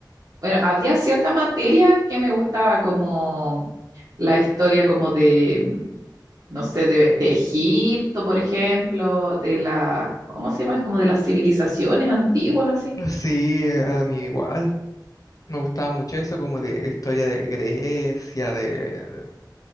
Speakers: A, on the right (about 55°); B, on the left (about 50°).
A: Bueno, había cierta materia que me gustaba como la historia como de, no sé, de, de Egipto, por ejemplo, de la, ¿cómo se llama? Como de las civilizaciones antiguas, así.
B: sí, a mí igual. Me gustaba mucho eso como de historia de Grecia, de